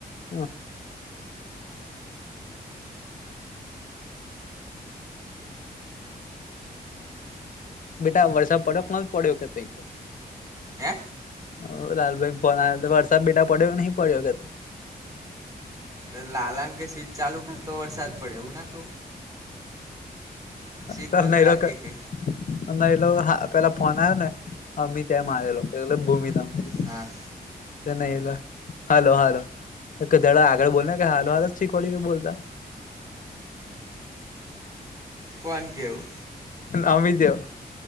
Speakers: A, on the left (about 55°); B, on the right (about 20°).
A: અ બેટા વલસા પડપ માલ પડ્યો કે તઈ
B: હે
A: હ લાલ ભાઈ ફોણ આવે. વરસાદ બેટા પડ્યો કે નહિ પડ્યો કે ત.
B: ત લાલા ન કે, સ્વીચ ચાલુ કર તો વરસાદ પડે એવું ના કઉ. સ્વીચ
A: તઈ
B: બંધ
A: નાઈરક
B: રાખે કે
A: <unintelligible> અમેય લો હા. પેલા ફોન આયો ને, અમિત એમ આવેલો એલે ભૂમિ નામથી.
B: આ
A: નઈ એલા હાલો હાલો એકધડા આગળ બોલ ને ક, હાલો હાલો સ છી કોડી કે બોલતા.
B: કોન કે એવું?
A: અમિત્યો